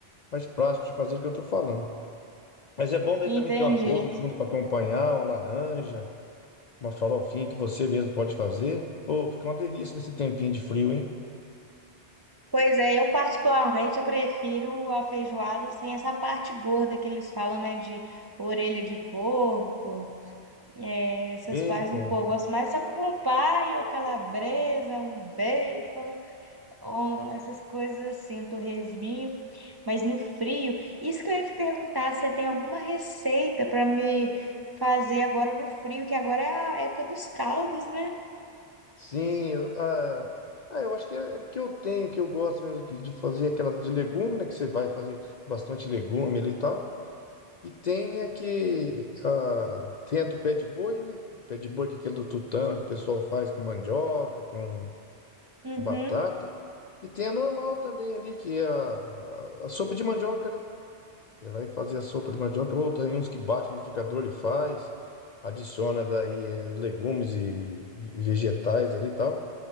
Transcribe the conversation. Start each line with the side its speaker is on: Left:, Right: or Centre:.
Left: mais práticos de fazer o que eu tô falando. Mas é bom daí
Right: Entendi.
Left: também ter uma couve junto para acompanhar, uma laranja, uma farofinha que você mesmo pode fazer. Ô, fica uma delícia nesse tempinho de frio, hein?
Right: Pois é, eu particularmente eu prefiro a feijoada sem essa parte gorda que eles falam, né, de orelha de porco, eh, essas
Left: Bacon.
Right: partes do porco. Gosto mais só com paio, calabresa, um bacon, um- essas coisas assim, um torresminho, mas no frio. Isso que eu ia te perguntar, se você tem alguma receita para me fazer agora no frio, que agora é a época dos caldos, né?
Left: Sim, eu, ah, ah, eu acho que é é que eu tenho, que eu gosto mesmo que- de fazer aquelas de legume, né? Que você vai fazer com bastante legume ali e tal. E tem a que. A, tem a do pé de boi, né? O pé de boi, que é aquele do tutano que o pessoal faz com mandioca, com,
Right: Uhum.
Left: com batata. E tem a normal também ali, que é a, a, a sopa de mandioca, né? Você vai fazer a sopa de mandioca, ou tem uns que bate no liquidificador e faz, adiciona daí eh, os legumes e, e vegetais ali e tal.